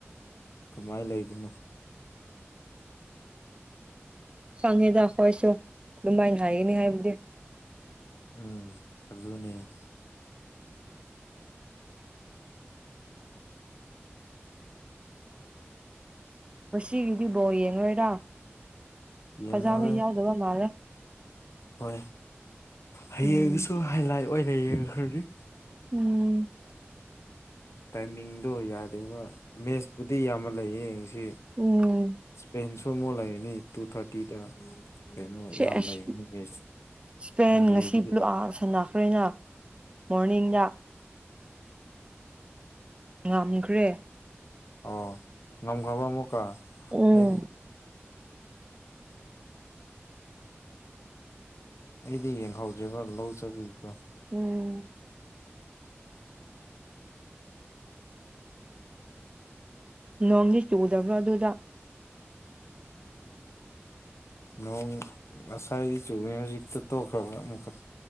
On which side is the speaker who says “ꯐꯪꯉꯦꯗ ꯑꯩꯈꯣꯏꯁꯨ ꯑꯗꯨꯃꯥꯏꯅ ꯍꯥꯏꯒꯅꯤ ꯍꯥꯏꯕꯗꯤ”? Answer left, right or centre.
Right